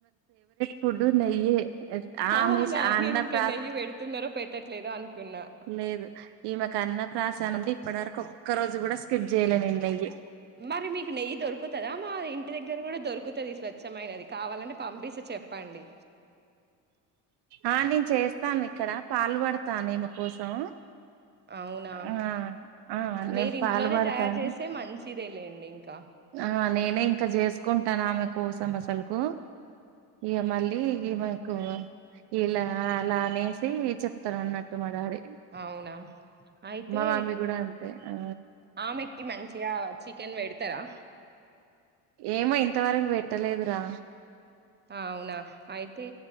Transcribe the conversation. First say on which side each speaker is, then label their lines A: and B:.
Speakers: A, on the right; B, on the right.
A: ఫడు నయే ఆమె
B: అవునా
A: అన్న
B: నేను ఇంకా
A: ప్రస
B: నెయ్యి పెడుతున్నారో పెట్టట్లేదో అనుకున్నా
A: లేదు ఈమెకు అన్నప్రాసనడి ఇప్పటివరకు ఒక్క రోజు కూడా స్కిప్ చేయ్యలే నేను నెయ్యి
B: మరి మీకు నెయ్యి దొరుకుతుందా మా ఇంటి దగ్గర కూడా దొరుకుతుంది స్వచ్ఛమైనది కావాలంట పంపిసి చెప్పండి
A: ఆ నేను చేస్తాను ఇక్కడ పాలు పడతానుమ కోసం
B: అవునా
A: ఆ ఆ నేను
B: మీరి
A: పాలు
B: ఇంట్లోనే
A: పడతాను
B: తయారు చేసే మంచిది చిదే లేండి ఇంకా
A: ఆ నేనే ఇక్క చేసుకుంటాను ఆమె కోసం అసలుకు ఇక మళ్ళీ ఈమెకు ఇలా అలా అనేసి చెప్తాను అన్నట్టు మాడాడి
B: అవునా అయితే
A: మమ్మీ కూడా అంతే ఆ
B: ఆమెకి మంచిగా చికెన్ పెడతారా
A: ఏమో ఇంతవరకు పెట్టలేదురా
B: అవునా అయితే